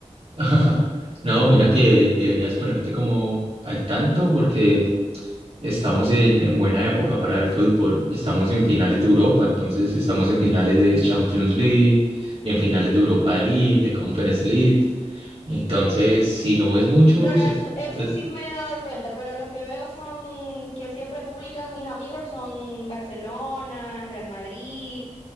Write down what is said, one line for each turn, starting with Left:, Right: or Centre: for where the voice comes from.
Right: <laughs> No, mira que deberías ponerte como al tanto porque Estamos en, en buena época para el fútbol. Estamos en finales de Europa, entonces estamos en finales de Champions League, en finales de Europa League, de Conference League. Entonces, si no ves mucho,
Left: Bueno,
Right: se-
Left: eso, eso
Right: eh,
Left: sí me he dado cuenta, pero los que veo son que siempre publican mis amigos son Barcelona, Real Madrid,